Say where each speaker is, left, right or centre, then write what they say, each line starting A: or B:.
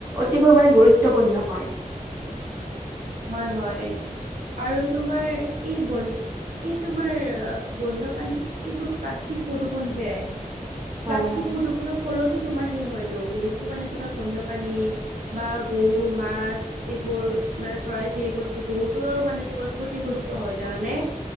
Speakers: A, on the right; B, on the right.
A: অতিকৈ মানে গুৰুত্বপূৰ্ণ হয়।
B: হয় হয় আৰু তোমাৰ এই বন। এই তোমাৰ বন্যপাানী এইবোৰ প্লাষ্টিক প্ৰদূৰষণ যে।
A: হয়
B: প্লাষ্টিক
A: হয়
B: প্ৰদূষণৰ ফলতো তোমাৰ সেই হয়তো, বহুতো মানে তোমাৰ বন্যপাণী বা গৰু মাছ। এইবোৰ মানে চৰাই চিৰিকটি বহুতো মানে তোমাৰ ক্ষতিগ্ৰস্ত হয় জানানে?